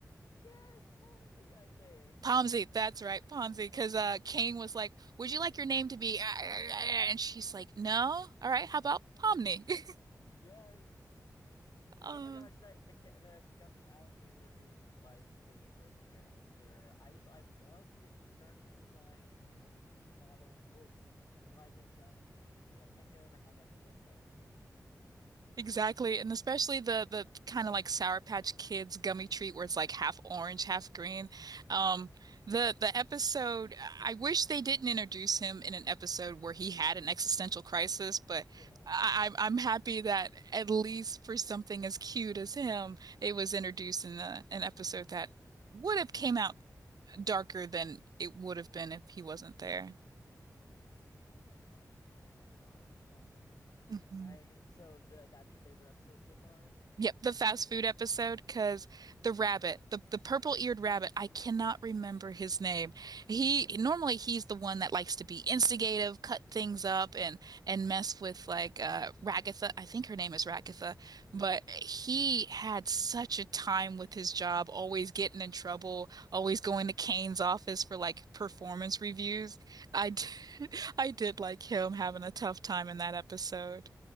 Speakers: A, on the left (about 70°); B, on the right (about 70°).
A: Yes, Pomsey, I think.
B: Pomsey, that's right, Pomsey, because uh, Kane was like, "Would you like your name to be?" And she's like, "No, all right, how about Pomni?" <laughs>
A: Yes.
B: Um,
A: Oh my gosh, that the gu- the gummy alligator is my favorite character. I just I love his character design and the 3D model looks like a gummy treat. Like I can't get over how much it looks like it.
B: exactly, and especially the the kind of like Sour Patch Kids gummy treat where it's like half orange, half green. Um, the
A: Yeah.
B: the episode, I wish they didn't introduce him in an episode where he had an existential crisis, but
A: Yeah.
B: I, I'm I'm happy that at least for something as cute as him, it was introduced in the, an episode that would have came out darker than it would have been if he wasn't there.
A: Yes. Oh my gosh, I loved that one.
B: Mhm.
A: I so the that's your favorite episode so far?
B: Yep, the fast food episode because the rabbit, the the purple-eared rabbit, I cannot remember his name. He normally he's the one that likes to be instigative, cut things up and and mess with like uh Ragatha. I think her name is Ragatha,
A: Yeah.
B: but he had such a time with his job, always getting in trouble, always going to Kane's office for like performance reviews. I did, <laughs> I did like him having a tough time in that episode.